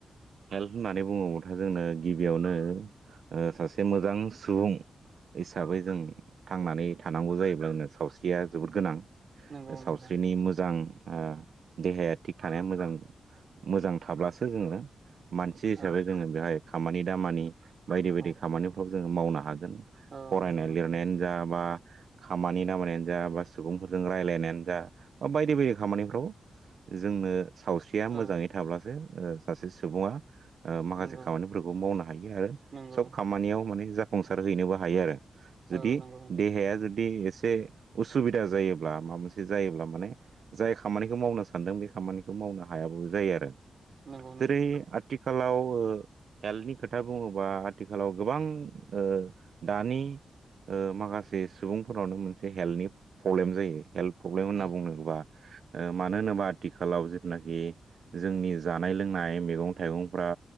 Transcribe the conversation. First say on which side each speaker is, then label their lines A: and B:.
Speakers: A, on the right; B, on the right.
A: हेल्थ होननानै बुङोबाथो जोंनो गिबियावनो ओ सासे मोजां सुबुं हिसाबै जों थांनानै थानांगौ जायोब्ला जोंनो सावस्रिया जोबोद गोनां
B: नंगौ
A: सावस्रिनि
B: नोंथां
A: मोजां ओ देहाया थिग थानाया मोजां मोजां थाब्लासो जोङो मानसि हिसाबै
B: औ
A: जोङो बेहाय खामानि दामानि बायदि
B: औ
A: बायदि खामानिफ्राव जोङो मावनो हागोन गोन
B: औ
A: फरायनाय
B: नंगौ नोंथां
A: लिरनायानो जा बा खामानि दामानियानो जा बा सुबुंफोरजों रायजलायनायानो जा बा बायदि बायदि खामानिफ्राव जोंनो सावस्रिया मोजाङै
B: औ
A: थाब्लासो ओ सासे सुबुङा ओ माखासे
B: नंगौ
A: खामानिफोरखौ मावनो हायो आरो
B: नंगौ
A: सब खामानियाव माने जाफुंसार हैनोबो हायो आरो। जुदि
B: औ नंगौ नोंथां
A: देहाया जुदि एसे उसुबिदा जायोब्ला माबा मोनसे जायोब्ला माने जाय खामानिखौ मावनो सानदों बे खामानिखौ मावनो हायाबाबो जायो आरो
B: नंगौ
A: जेरै
B: नोंथां
A: आथिखालाव ओ हेल्थनि खोथा बुङोबा आथिखालाव गोबां ओ दानि ओ माखासे सुबुंफोरनावनो मोनसे हेल्थनि प्रब्लेम जायो। हेल्थ प्रब्लेम होनना
B: उम
A: बुंनांगौब्ला ओ मानो होनोबा आथिखालाव जिथुनाखि जोंनि जानाय लोंनाय जानाय मैगं थाइगंफ्रा